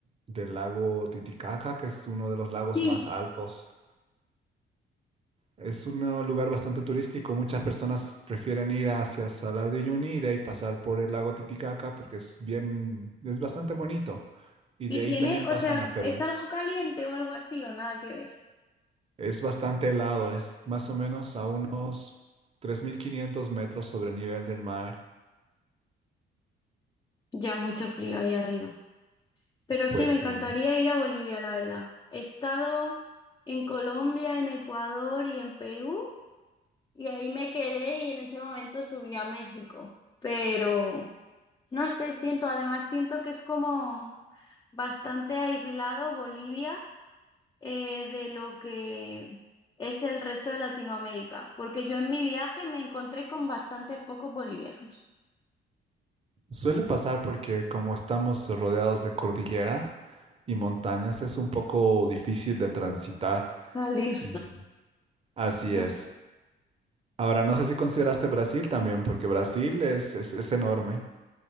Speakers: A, on the right; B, on the left.
A: del lago Titicaca, que es uno de los lagos
B: Sí.
A: más altos. Es un eh, lugar bastante turístico. Muchas personas prefieren ir hacia Salar de Uyuni y de ahí pasar por el lago Titicaca porque es bien, es bastante bonito. Y
B: Y
A: de ahí
B: tiene,
A: también pasan
B: o sea,
A: a Perú.
B: ¿es algo caliente o algo así o nada que ver?
A: Es bastante helado, es más o menos a unos 3.500 metros sobre el nivel del mar.
B: Ya mucho frío ahí arriba. Pero
A: Pues
B: sí, me
A: sí.
B: encantaría ir a Bolivia, la verdad. He estado en Colombia, en Ecuador y en Perú, y ahí me quedé y en ese momento subí a México. Pero no sé, siento, además siento que es como bastante aislado Bolivia eh, de lo que es el resto de Latinoamérica, porque yo en mi viaje me encontré con bastantes pocos bolivianos.
A: Suele pasar porque como estamos rodeados de cordilleras y montañas, es un poco difícil de transitar.
B: Salir.
A: Y Así
B: <laughs>
A: es. Ahora, no sé si consideraste Brasil también, porque Brasil es, es, es enorme.